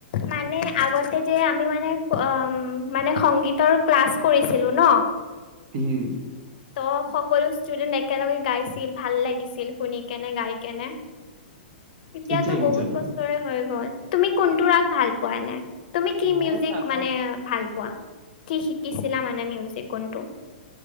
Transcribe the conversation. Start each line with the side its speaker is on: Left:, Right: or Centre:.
Left: মানে আগতে যে আমি মানে অ মানে সংগীতৰ ক্লাছ কৰিছিলো ন
Right: হুম।
Left: ত সকলো ষ্টুডেণ্ট একেলগে গাইছিল ভাল লাগিছিল শুনি কেনে গাই কেনে এতিয়াতো
Right: ঠিকে কৈছা
Left: বহুত
Right: তুমি।
Left: বছৰে হৈ গ'ল তুমি কোনটো ৰাগ ভাল পোৱা নে? তুমি কি
Right: মই
Left: মিউজিক
Right: আগত
Left: মানে ভাল পোৱা? কি শিকিছিলা মানে মিউজি কোনটো?